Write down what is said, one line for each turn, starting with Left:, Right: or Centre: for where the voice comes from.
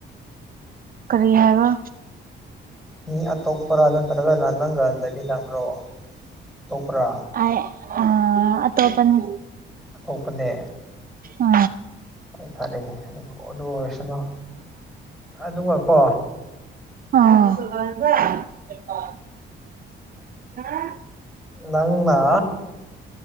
Right: ꯀꯔꯤ ꯍꯥꯏꯕ
Centre: ꯃꯤ ꯑꯇꯣꯞꯄ꯭ꯔꯥ ꯅꯠꯇ꯭ꯔꯒꯅ ꯅꯪꯒ ꯂꯩꯃꯤꯟꯅꯕ꯭ꯔꯣ ꯑꯇꯣꯞꯄ꯭ꯔꯥ꯫
Right: ꯑꯩ ꯑ ꯑꯇꯣꯞꯄꯅꯤ
Centre: ꯑꯇꯣꯞꯄꯅꯦ
Right: ꯑ
Centre: ꯍꯣꯏ ꯐꯔꯦꯅꯦ ꯑꯗꯨ ꯑꯗꯨ ꯑꯣꯏꯔꯁꯅꯨ ꯑꯗꯨꯒ ꯀꯣ
Right: ꯑꯥ <inaudible>
Centre: ꯅꯪꯅꯥ